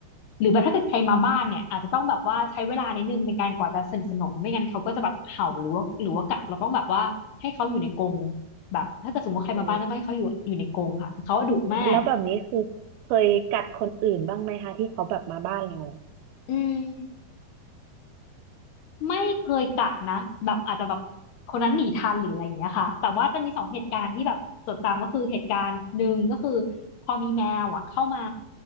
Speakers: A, on the left (about 80°); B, on the right (about 75°).
A: หรือแบบถ้าเกิดใครมาบ้านเนี่ยอาจจะต้องแบบว่าใช้เวลานิดนึงในการกว่าจะสนิทสนมไม่งั้นเขาก็จะแบบเห่าหรือว่าหรือว่ากัดเราต้องแบบว่าให้เขาอยู่ในกรงแบบถ้าเกิดสมมติใครมาบ้านก็ต้องให้เขาอยู่อยู่ในกรงค่ะคือเขาดุมาก
B: โอ้แล้วแบบนี้คือเคยกัดคนอื่นบ้างไหมคะที่เขาแบบมาบ้านเราอ่ะ
A: อืม ไม่เคยกัดนะแบบอาจจะแบบคนนั้นหนีทันหรืออะไรอย่างเงี้ยค่ะแต่ว่าจะมีสองเหตุการณ์ที่แบบจดจำก็คือเหตุการณ์หนึ่งก็คือพอมีแมวอ่ะเข้ามา